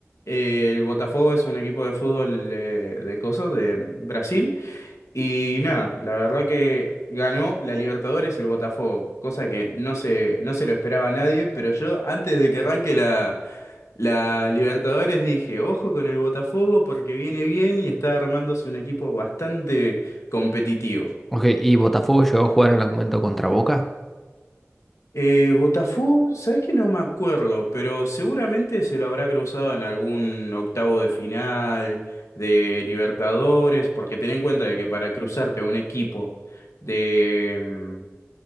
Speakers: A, on the left; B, in the centre.
A: eh, el Botafogo es un equipo de fútbol de, de coso, de Brasil. Y nada, la verdad que ganó la Libertadores el Botafogo, cosa que no se, no se lo esperaba a nadie, pero yo antes de que arranque la La Libertadores dije, ojo con el Botafogo porque viene bien y está armándose un equipo bastante competitivo.
B: Ok, ¿y Botafogo llegó a jugar en algún momento contra Boca?
A: Eh, Botafogo, sabes que no me acuerdo, pero seguramente se lo habrá cruzado en algún octavo de final de Libertadores, porque ten en cuenta de que para cruzarte a un equipo de, mm,